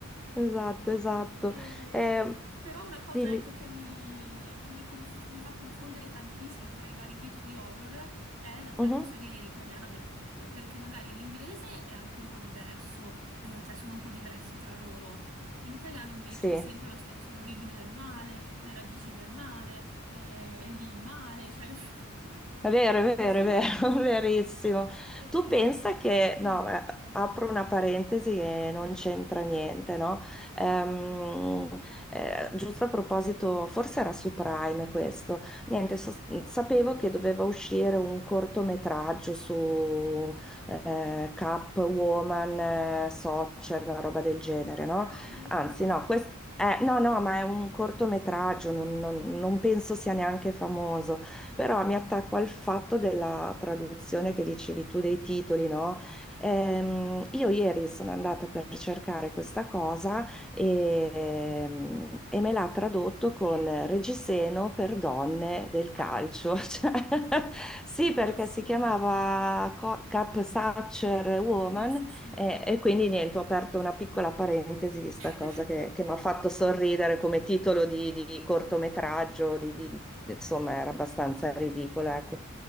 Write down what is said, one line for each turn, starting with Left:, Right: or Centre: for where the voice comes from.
Centre: Esatto, esatto.
Right: E-
Centre: Eh,
Right: Però una cosa,
Centre: dimmi.
Right: ecco, che mi, che mi conf- mi fa confondere tantissimo tra i vari titoli horror è la traduzione
Centre: Mhm.
Right: italiana del titolo, perché magari in inglese è anche un po' diverso, eh, cioè sono un po' diversi tra loro. In italiano invece
Centre: Sì.
Right: è sempre lo stesso, l'origine del male, le radici del male, e, e lì il male, cioè <laughs>
Centre: È vero, è
Right: è
Centre: vero,
Right: sempre
Centre: è vero,
Right: così.
Centre: <laughs> verissimo.
Right: Ehm,
Centre: Tu pensa che,
Right: mm.
Centre: no, eh, apro una parentesi e non c'entra niente, no? Ehm, eh, giusto a proposito, forse era su Prime questo. Niente, so- sapevo che doveva uscire un cortometraggio su eh, Catwoman, eh, Soccer, una roba del genere, no?
Right: Ah, non lo
Centre: Anzi,
Right: conosco.
Centre: no, questo... no, no, ma è un cortometraggio, non non- non penso sia neanche famoso però mi attacco al fatto della traduzione che dicevi tu dei titoli, no? Ehm, io ieri sono andata per cercare questa cosa e, ehm, e me l'ha tradotto con Reggiseno per donne del calcio.
Right: Ah,
Centre: <laughs> Cioè, sì,
Right: <laughs>
Centre: perché
Right: assurdo.
Centre: si chiamava Co- Cup Sucker Woman
Right: Sì, sì, sì.
Centre: e, e quindi niente, ho aperto una piccola parentesi di sta
Right: <laughs>
Centre: cosa che, che mi ha fatto sorridere come titolo di, di cortometraggio, di, di- insomma era abbastanza ridicola, ecco.